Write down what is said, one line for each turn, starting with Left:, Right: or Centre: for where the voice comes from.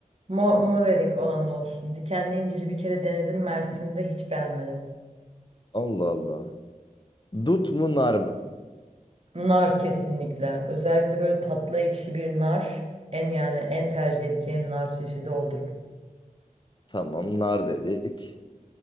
Right: Mo mor erik olan olsun. Dikenli inciri bir kere denedim Mersin'de hiç beğenmedim.
Left: Allah Allah. Dut mu nar mı?
Right: Nar kesinlikle. Özellikle böyle tatlı ekşi bir nar. En yani en tercih edeceğim nar çeşidi odur.
Left: Tamam nar dedik.